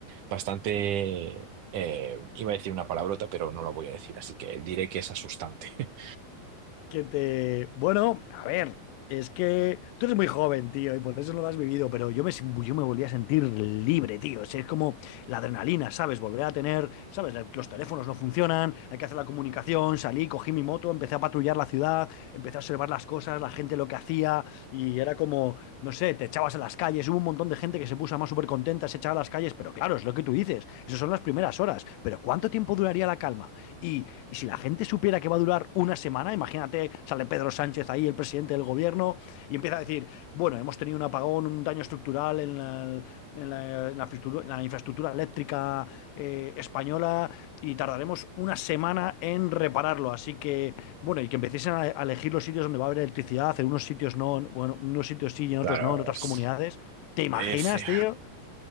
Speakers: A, on the right; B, on the left.
A: bastante, eh, iba a decir una palabrota, pero no la voy a decir, así que diré que es asustante. <laughs>
B: que te... Bueno, a ver, es que tú eres muy joven, tío, y por eso no lo has vivido, pero yo me, sin- yo me volví a sentir libre, tío. O sea, es como la adrenalina, ¿sabes? Volver a tener, ¿sabes? La- Los teléfonos no funcionan, hay que hacer la comunicación, salí, cogí mi moto, empecé a patrullar la ciudad, empecé a observar las cosas, la gente lo que hacía, y era como, no sé, te echabas a las calles, hubo un montón de gente que se puso más súper contenta, se echaba a las calles, pero claro, es lo que tú dices, esas son las primeras horas, pero ¿cuánto tiempo duraría la calma? Y, y si la gente supiera que va a durar una semana, imagínate, sale Pedro Sánchez ahí, el presidente del gobierno, y empieza a decir, bueno, hemos tenido un apagón, un daño estructural en la, en la- en la infraestructura, en la infraestructura eléctrica eh, española y tardaremos una semana en repararlo. Así que, bueno, y que empiecen a, a elegir los sitios donde va a haber electricidad, en unos sitios no, bueno, en unos sitios sí y en
A: Claro,
B: otros no, en otras
A: es,
B: comunidades. ¿Te imaginas,
A: es, eh,
B: tío?